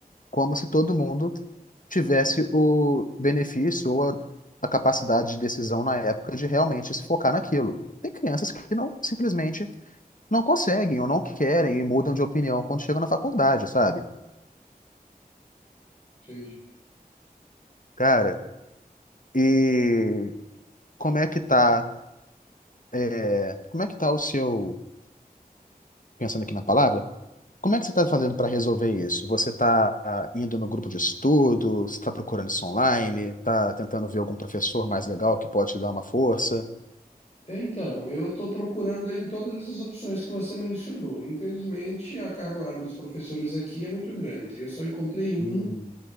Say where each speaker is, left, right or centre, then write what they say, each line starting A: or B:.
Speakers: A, on the left (about 60°); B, on the left (about 40°).
A: Como se todo mundo tivesse o benefício ou a a capacidade de decisão na época de realmente se focar naquilo. Tem crianças que não simplesmente não conseguem ou não querem e mudam de opinião quando chegam na faculdade, sabe?
B: Entendi.
A: Cara, e como é que tá, é, como é que tá o seu, pensando aqui na palavra, como é que você tá fazendo para resolver isso? Você tá ah, indo no grupo de estudo, você tá procurando isso online, tá tentando ver algum professor mais legal que pode te dar uma força?
B: É, então, eu estou procurando aí em todas essas opções que você mencionou. Infelizmente, a carga horária dos professores aqui é muito grande. Eu só encontrei um
A: Hum,